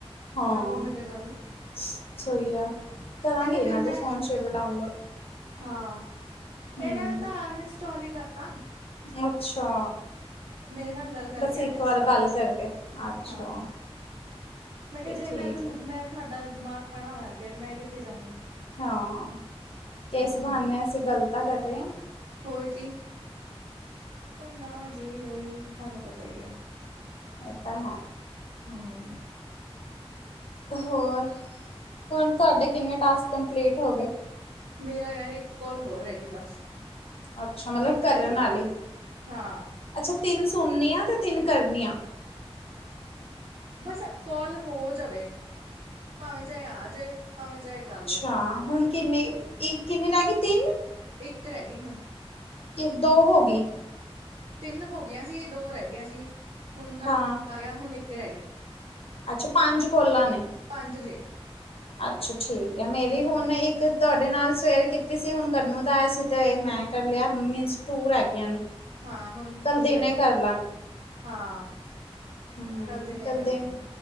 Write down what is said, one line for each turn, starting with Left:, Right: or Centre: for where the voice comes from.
Left: ਹਾਂ
Right: ਕਰਲੋ ਮੈਂ ਕਿਹਾ ਗੱਲ
Left: ਸਈ ਐ, ਕਰਾਂਗੀ
Right: ਕਹਿੰਦੇ
Left: ਇਨਾਂ
Right: ਫਿਰ ਮੈਂ
Left: ਦੇ ਫੋਨ ਚ ਵੀ ਡਾਊਨਲੋਡ
Right: ਹਾਂ
Left: ਹੂੰ
Right: ਇਹਨਾਂ ਨੇ ਤਾਂ ਅਨਇੰਸਟਾਲ ਹੀ ਕਰਤਾ।
Left: ਅੱਛਾ।
Right: ਮੇਰੇ ਨਾਲ ਗੱਲ ਕਰਕੇ
Left: ਬਸ ਇੱਕ
Right: ਅਨਇੰਸਟਾਲ
Left: ਵਾਰ ਗੱਲ
Right: ਕਰ
Left: ਕਰਕੇ ਅੱਛਾ।
Right: ਹਾਂ ਮੈਂ ਕਿਹਾ
Left: ਤੇ
Right: ਜੇ
Left: ਠੀਕ
Right: ਮੈਂ,
Left: ਆ
Right: ਮੈਂ ਤੁਹਾਡਾ ਦਿਮਾਗ ਖਾਣਾ ਹੋਇਆ ਫੇਰ ਮੈਂ ਕਿੱਥੇ ਜਾਊਂਗੀ।
Left: ਹਾਂ ਕਿਸ
Right: ਹਮ
Left: ਬਹਾਨੇ ਅਸੀਂ ਗਲ ਤਾਂ ਕਰ ਰਹੇ ਹਾਂ।
Right: ਹੋਰ ਕੀ, ਪਰ ਨਾ ਜੀ ਉਹੀ ਤੁਹਾਨੂੰ ਪਤਾ ਹੀ ਹੈ।
Left: ਏ ਤਾਂ ਹੈ।
Right: ਹੂੰ।
Left: ਹੋਰ, ਹੁਨ ਤਾਡੇ ਕਿੰਨੇ ਟਾਸਕ ਕੰਪਲੀਟ ਹੋ ਗੇ?
Right: ਮੇਰਾ ਯਾਰ ਇੱਕ ਕੋਲ ਹੋਰ ਰੈ ਗਈ, ਬਸ।
Left: ਅੱਛਾ, ਮਤਲਬ
Right: ਇੱਕ
Left: ਕਰਨ
Right: ਰਹਿ ਗਈ
Left: ਆਲੀ,
Right: ਹਾਂ
Left: ਅੱਛਾ ਤਿਨ ਸੁਨੀਆਂ, ਤੇ ਤਿੰਨ ਕਰਨੀਆਂ।
Right: ਬਸ ਕੋਲ ਹੋ ਜਾਵੇ, ਭਾਵੇਂ ਚਾਏ ਆ ਜੇ, ਪਾਵੇਂ ਚਾਏ ਕਾਰ ਲੋ।
Left: ਹਾਂ, ਹੁਨ ਕਿੰਨੀ, ਈ ਕਿੰਨੀ ਰੈਗੀ ਤਿੰਨ?
Right: ਇੱਕ ਰੈਗੀ ਹੁਨ
Left: ਕੇ ਦੋ ਹੋਗੀ?
Right: ਤਿੰਨ ਹੋ ਗਿਆਂ ਸੀ, ਦੋ ਰੈ ਗਿਆਂ ਸੀ, ਹੁਨ ਤਾਡਾ
Left: ਹਾਂ
Right: ਆ ਗੇਆ ਹੁਨ ਇੱਕ ਰੈਗੀ।
Left: ਅੱਛਾ, ਪਾੰਜ ਕੋਲਾਂ ਨੇ।
Right: ਪਾੰਜ ਜੇ।
Left: ਅੱਛਾ, ਠੀਕ ਐ, ਮੇਰੀ ਹੋਨ ਇੱਕ ਤੁਆਡੇ ਨਾਲ ਸਵੇਰੇ ਕੀਤੀ ਸੀ, ਹੁਨ ਕੰਨੂੰ ਦਾ ਆਯਾ ਸੀ, ਤੇ ਏ ਮੈਂ ਕਰ ਲੇਆ ਮੀਨਸ ਟੂ ਰੈਗੀਆ ਨੇ।
Right: ਹਾਂ, ਹੁਨ
Left: ਕੱਲ
Right: ਟੂ
Left: ਦਿਨੇ
Right: ਰੈਗਿਐ,
Left: ਕਰ
Right: ਹਾਂ।
Left: ਹੂੰ,
Right: ਕੱਲ ਦਿਨੇ ਕਰਦੇ ਆ